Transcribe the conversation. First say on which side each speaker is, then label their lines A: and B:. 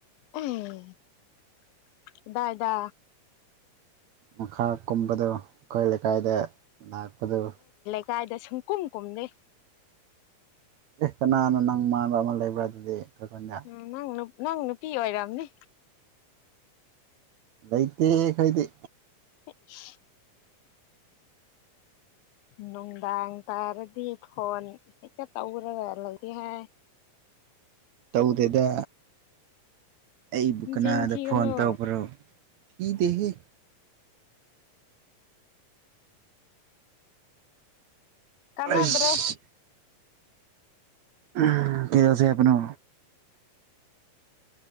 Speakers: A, on the left; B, on the right.
A: ꯎꯝꯗꯥꯗꯥ
B: ꯃꯈꯥ ꯀꯨꯝꯕꯗꯨ ꯑꯩꯈꯣꯏ ꯂꯩꯀꯥꯏꯗ ꯂꯥꯛꯄꯗꯨ
A: ꯀꯗꯥꯥꯏꯗ ꯁꯨꯡ ꯀꯨꯝ ꯀꯨꯝꯗꯦ
B: ꯀꯅꯥꯅ ꯅꯪ ꯃꯥꯟꯕ ꯑꯃ ꯂꯩꯕ꯭ꯔꯥ ꯑꯗꯨꯗꯤ ꯈꯨꯟꯗ
A: ꯎꯝ ꯅꯪ ꯅꯪ ꯅꯨꯄꯤ ꯑꯣꯏꯔꯝꯅꯤ
B: ꯂꯩꯩꯇꯦ ꯈꯣꯏꯗꯤ
A: <unintelligible> ꯅꯨꯡꯗꯥꯡ ꯇꯥꯔꯗꯤ ꯐꯣꯟ ꯍꯦꯛꯇ ꯇꯧꯔꯒ ꯂꯩꯔꯦ ꯍꯥꯏ
B: ꯇꯧꯗꯦꯗ ꯑꯩꯕꯨ ꯀꯅꯥꯗ
A: ꯆꯤꯟ ꯊꯤꯒꯅꯨ
B: ꯐꯣꯟ ꯇꯧꯕ꯭ꯔꯣ ꯄꯤꯗꯦꯍꯦ
A: ꯀꯥꯟꯅꯗ꯭ꯔꯦ
B: ꯑꯩꯁ ꯎꯝ ꯀꯩꯗꯧꯁꯦ ꯍꯥꯏꯕꯥꯅꯣ